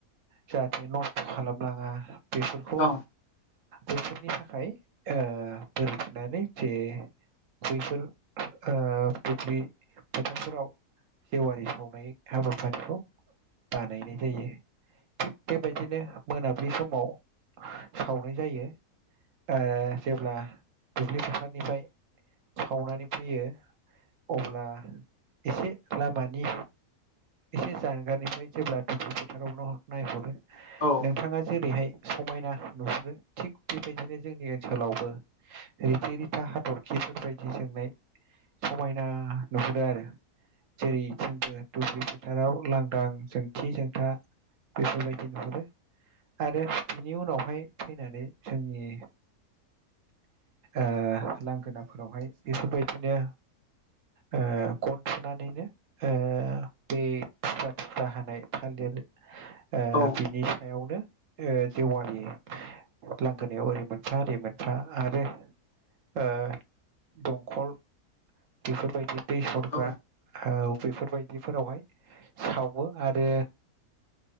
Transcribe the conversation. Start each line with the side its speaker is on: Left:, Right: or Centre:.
Right: जाहाथे नस्थ' खालामलांङा बेफोरखौ
Left: औ
Right: बे नि थाखाय ओ बोर बिनानै जे बैफोर ओ दुब्लि फोथारफोराव जेवारि सावनाय हाबाफारिखौ बानायनाय जायो। थिग बेबायदिनो मोनाब्लि समाव सावनाय जायो। ओ जेब्ला दुब्लि फोथारनिफ्राय सावनानै फैयो अब्ला एसे लामानि एसे जानगारनिफ्राय जेब्ला दुब्लि फोथाराव न नायहरो
Left: औ
Right: नोंथाङा जेरैहाय समायना नुहुरो थिग बेबायदिनो जोंनि ओनसोलावबो रिथि रिथा हाथरखिफोरबायदि जोंनाय समायना नुहुरो आरो जेरैथिंबो। दुब्लि फोथाराव लांदां जोंथि जोंथा बेफोरबायदि नुहुरो। आरो बिनि उनावहाय फैनानै जोंनि ओ लांगोनाफोरावहाय बेफोरबायदिनो ओ गन थुनानैनो ओ बे थुफ्रा थुख्रा हानाय थालिर ओ
Left: औ
Right: बिनि सायावनो ओ जेवारि लांगोनायाव ओरै मोनफा ओरै मोनफा आरो ओ दंखल बेफोरबायदि दै सरग्रा
Left: औ
Right: आव बेफोरबायदिफोरावहाय सावो आरो